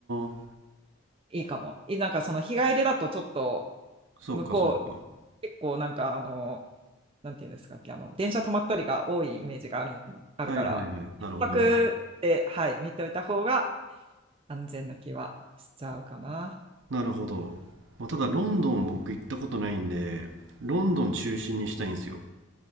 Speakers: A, on the right (about 70°); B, on the right (about 25°).
A: あ、
B: いいかも。いなんかその日帰りだとちょっと、
A: そうかそうか。
B: 向こう、結構なんか、あの、なんていうんですかっけ、あの、電車止まったりが多いイメージがある、あるから、
A: はいはいはい。なるほどね。
B: 一泊で、はい、見ておいた方が安全な気はしちゃうかな。
A: なるほど。まあ、ただロンドン僕行ったことないんで、ロンドン中心にしたいんですよ。